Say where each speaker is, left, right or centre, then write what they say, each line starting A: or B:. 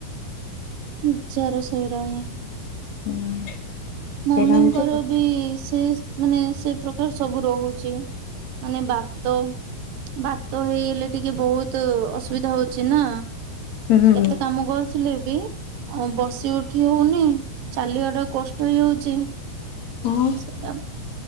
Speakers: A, on the right; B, on the left.
A: ରିଚାର୍ଜ ସରିଗଲାଣି।
B: ହୁଁ ସେଇଟା
A: ମମିଙ୍କର
B: ହଉଛି କଥା
A: ବି ସେ ମାନେ ସେ ପ୍ରକାର ସବୁ ରହୁଛି ମାନେ ଭତ ବାତ ହେଇଗଲେ ଟିକେ ବହୁତ ଅସୁବିଧା ହଉଛି ନା
B: ହୁଁ।
A: କେତେ କାମ କରୁଥିଲେ ଏବେ, ଆଉ ବସି ଉଠି ହଉନି। ଚାଲିବା ଟା କଷ୍ଟ ହଉଛି
B: ହଁ
A: ସେଟା